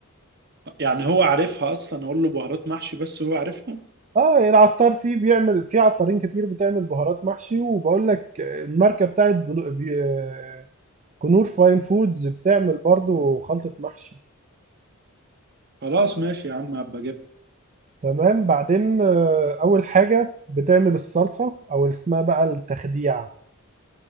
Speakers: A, on the right (about 50°); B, on the right (about 35°).
A: يعني هو عارفها اصلا اقول له بهارات محشي بس هو عارفها
B: اه العطار فيه بيعمل فيه عطارين كتير بتعمل بهارات محشي وبقول لك الماركة بتاعت بلو- بي- آه، كنور فاين فودز بتعمل برضو خلطة محشي
A: خلاص ماشي يا عم هبقى اجيبها
B: تمام بعدين آه، أول حاجة بتعمل الصلصة أو اللي اسمها بقى التخديعة